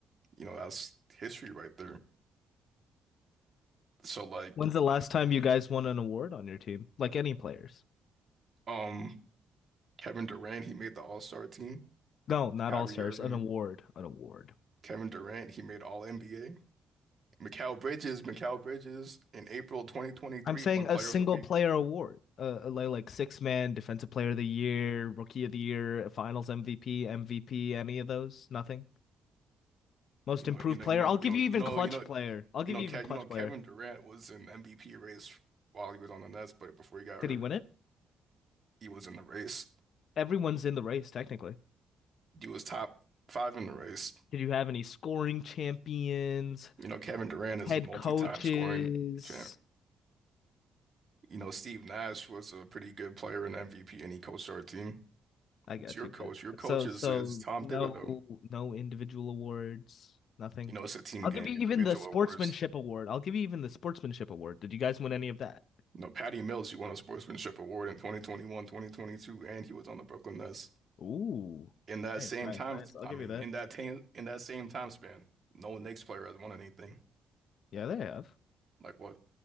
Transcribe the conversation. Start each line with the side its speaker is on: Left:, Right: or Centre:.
Right: You know, that's history right there. So like,
Left: When's the last
Right: uh,
Left: time you guys won an award on your team? Like any players?
Right: um, Kevin Durant, he made the All-Star team.
Left: No, not
Right: Kyrie
Left: all stars.
Right: Irving,
Left: An award. An award.
Right: Kevin Durant, he made All NBA. Mikal Bridges, Mikal Bridges in April 2023,
Left: I'm saying
Right: one player
Left: a single
Right: of the week.
Left: player award. Uh, like like six man defensive player of the year, rookie of the year, finals MVP, MVP, any of those? Nothing. Most
Right: You know,
Left: improved
Right: you know,
Left: player.
Right: you know,
Left: I'll give
Right: you know,
Left: you
Right: you
Left: even
Right: know,
Left: clutch
Right: you know,
Left: player. I'll
Right: you
Left: give
Right: know,
Left: you
Right: Ke
Left: even clutch
Right: you know, Kevin
Left: player.
Right: Durant was in MVP race while he was on the Nets, but before he got
Left: Did
Right: hurt,
Left: he win it?
Right: he was in the race.
Left: Everyone's in the race technically.
Right: He was top five in the race.
Left: Did you have any scoring champions,
Right: You know, Kevin Durant is
Left: head
Right: a multi-time
Left: coaches?
Right: scoring champ. You know, Steve Nash was a pretty good player and MVP, and he coached our team.
Left: I
Right: Who's
Left: got
Right: your
Left: you,
Right: coach?
Left: but
Right: Your coach
Left: so
Right: is
Left: so
Right: is Tom
Left: no
Right: Thibodeau.
Left: no individual awards, nothing.
Right: You know, it's a team
Left: I'll
Right: game.
Left: give you
Right: Individual
Left: even the sportsmanship
Right: awards
Left: award. I'll give you even the sportsmanship award. Did you guys win any of that?
Right: No, Patty Mills, he won a sportsmanship award in 2021, 2022, and he was on the Brooklyn Nets.
Left: Ooh,
Right: In that
Left: nice,
Right: same
Left: nice,
Right: time,
Left: nice. I'll
Right: I
Left: give
Right: mean,
Left: you that.
Right: in that time, in that same time span, no Knicks player has won anything.
Left: Yeah, they have.
Right: Like, what?